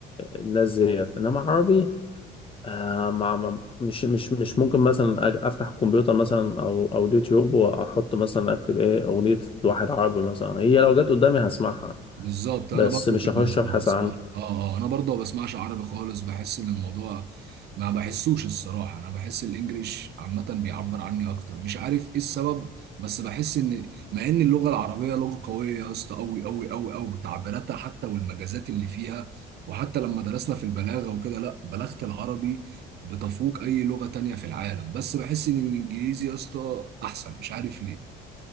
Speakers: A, on the left; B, on the right.
A: الناس ديت انما عربي آه مع مع- مش مش مش ممكن مثلا أج- افتح الكمبيوتر مثلا او او اليوتيوب واحط مثلا اكتب ايه اغنيه واحد عربي مثلا هي لو جت قدامي هسمعها
B: بالظبط
A: بس
B: انا برضو
A: مش
B: كده
A: هخش
B: اصلا
A: ابحث
B: بسمع
A: عنها
B: اه اه انا برضو ما بسمعش عربي خالص بحس ان الموضوع ما بحسوش الصراحه انا بحس الانجليش عامه بيعبر عني اكتر مش عارف ايه السبب بس بحس ان مع ان اللغه العربيه لغه قويه يا اسطى قوي قوي قوي قوي تعبيراتها حتى والمجازات اللي فيها وحتى لما درسنا في البلاغه وكده لا بلاغه العربي بتفوق اي لغه تانية في العالم بس بحس ان الانجليزي يا اسطى احسن مش عارف